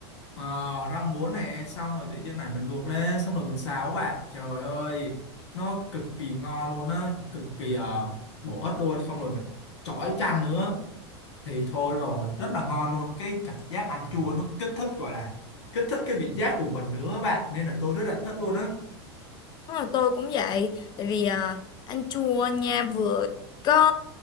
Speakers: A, on the left (about 85°); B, on the left (about 30°).
A: Ờ, rau muống này xong rồi tự nhiên này mình luộc lên xong rồi mình xào á bạn trời ơi nó cực kỳ ngon luôn á cực kỳ ờ, bổ ích luôn xong rồi mình chói chanh nữa thì thôi rồi rất là ngon luôn cái cảm giác ăn chua nó kích thích gọi là kích thích cái vị giác của mình nữa á bạn nên là tôi rất là thích luôn á
B: Đúng rồi, tôi cũng vậy tại vì à, ăn chua nha vừa có